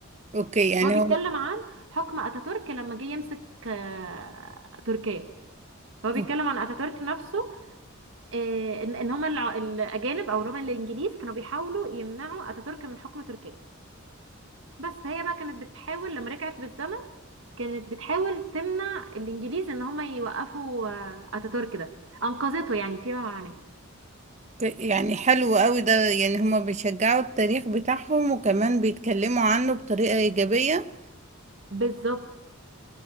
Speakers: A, on the right (about 30°); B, on the right (about 60°).
A: اوكي يعني
B: فهو بيتكلم
A: هو
B: عن حكم اتاتورك لما جه يمسك آه، تركيا فهو بيتكلم
A: اوكي
B: عن اتاتورك نفسه آه، ان إن هما الع- الاجانب او اللي هما الانجليز كانوا بيحاولوا يمنعوا اتاتورك من حكم تركيا بس فهي بقى كانت بتحاول لما رجعت بالزمن كانت بتحاول تمنع الانجليز ان هما يوقفوا آه، اتاتورك ده انقذته يعني فيما معناه
A: يعني حلو قوي ده يعني هما بيشجعوا التاريخ بتاعهم وكمان بيتكلموا عنه بطريقة إيجابية
B: بالظبط